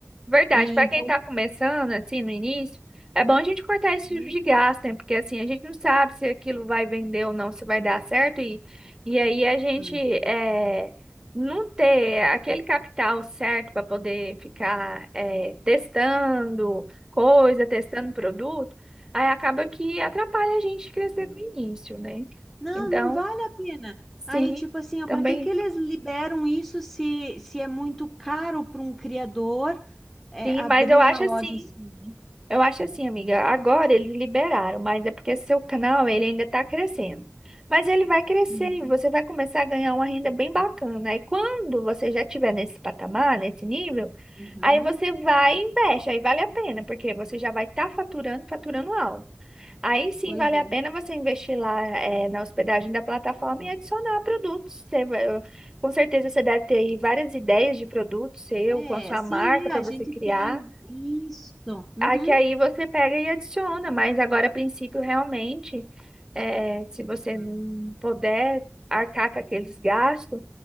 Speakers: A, on the right; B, in the centre.
A: Verdade,
B: E
A: para
B: então,
A: quem está começando, assim, no início, é bom a gente cortar esse
B: Hum,
A: tipo de gasto, né? Porque assim, a gente não sabe se aquilo vai vender ou não, se vai dar certo, e, e aí a gente
B: hum.
A: é, não ter aquele capital certo para poder ficar é, testando coisa, testando produto, aí acaba que atrapalha a gente crescer no início, né?
B: não,
A: Então,
B: não vale a pena.
A: sim,
B: Aí, tipo assim, ó,
A: também
B: para que que eles liberam isso se, se é muito caro para um criador é,
A: sim,
B: abrir
A: mas eu acho
B: uma loja
A: assim.
B: assim, né?
A: Eu acho assim, amiga, agora eles liberaram, mas é porque seu canal ele ainda está crescendo. Mas ele vai crescer
B: Uhum,
A: e você vai começar a ganhar uma renda bem bacana. Aí quando você já estiver nesse patamar, nesse nível,
B: uhum.
A: aí você vai e investe, aí vale a pena, porque você já vai estar faturando, faturando alto. Aí sim
B: Pois
A: vale
B: é.
A: a pena você investir lá eh, na hospedagem da plataforma e adicionar produtos. Você vai- eu- com certeza você deve ter aí várias ideias de produtos seu,
B: É,
A: com a sua
B: sim,
A: marca para
B: é, a
A: você
B: gente
A: criar
B: tem isso. Uhum,
A: aqui aí você pega e adiciona, mas agora, a princípio, realmente, eh, se você
B: Uhum.
A: não puder arcar com aqueles gastos,